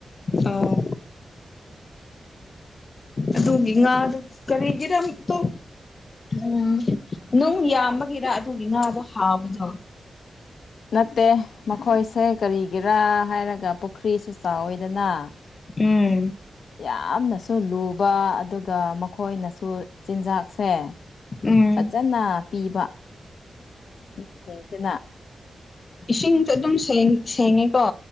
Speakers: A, on the left (about 45°); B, on the left (about 75°).
A: ꯑꯥꯎ ꯑꯗꯨꯒꯤ ꯉꯥꯗꯨ ꯀꯔꯤꯒꯤꯔꯝꯛꯇꯣ ꯎꯝ ꯅꯨꯡ ꯌꯥꯝꯕꯒꯤꯔ ꯑꯗꯨꯒꯤ ꯉꯥꯗꯣ ꯍꯥꯎꯕꯗꯣ
B: ꯅꯠꯇꯦ ꯃꯈꯣꯏꯁꯦ ꯀꯔꯤꯒꯤꯔꯥ ꯍꯥꯏꯔꯒ ꯄꯨꯈ꯭ꯔꯤꯁꯨ ꯆꯥꯎꯋꯏꯗꯅ
A: ꯎꯝ
B: ꯌꯥꯝꯅꯁꯨ ꯂꯨꯕ ꯑꯗꯨꯒ ꯃꯈꯣꯏꯅꯁꯨ ꯆꯤꯟꯖꯥꯛꯁꯦ
A: ꯎꯝ
B: ꯐꯖꯅ ꯄꯤꯕ ꯃꯤꯁꯤꯡꯁꯤꯅ
A: ꯏꯁꯤꯡꯁꯦ ꯑꯗꯨꯝ ꯁꯦꯡꯉꯦꯀꯣ